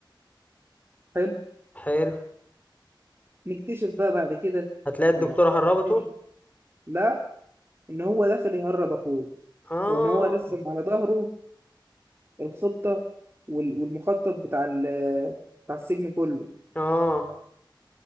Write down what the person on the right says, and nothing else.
حلو
نكتشف بقى بعد كده
لما
الخط
تمشي لا ان هو داخل يهرب اخوه
وان هو رسم على ظهره الخطة وال- والمخطط بتاع ال- بتاع السجن كله